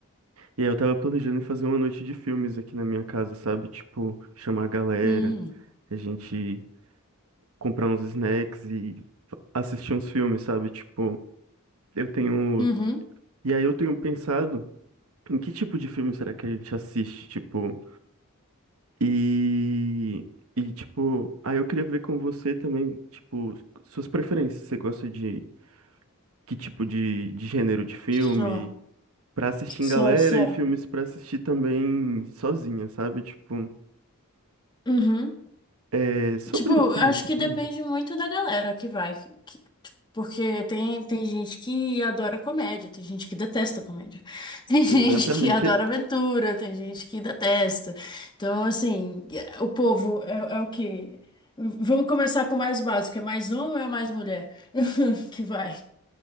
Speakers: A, on the right; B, on the left.
A: E aí eu tava planejando em fazer uma noite de filmes aqui na minha casa, sabe? Tipo, chamar a galera,
B: Hum,
A: a gente comprar uns snacks e fa- assistir uns filmes, sabe? Tipo, eu tenho.
B: uhum.
A: E aí eu tenho pensado em que tipo de filme será que a gente assiste? Tipo. E, e tipo, aí eu queria ver com você também, tipo, suas preferências. Você gosta de que tipo de, de gênero de filme
B: Só,
A: pra assistir
B: só,
A: em galera
B: só.
A: e filmes pra assistir também sozinha, sabe? Tipo,
B: Uhum.
A: é sobre
B: Tipo, eu
A: isso
B: acho
A: mesmo.
B: que depende
A: Hum,
B: muito da galera que vai. que- porque tem, tem gente que adora comédia, tem gente que detesta comédia. <laughs> Tem gente
A: Exatamente.
B: que adora aventura, tem gente que detesta. Então, assim, o povo é, é o quê? Vamos começar com o mais básico. É mais homem ou é mais mulher? <laughs> Que vai.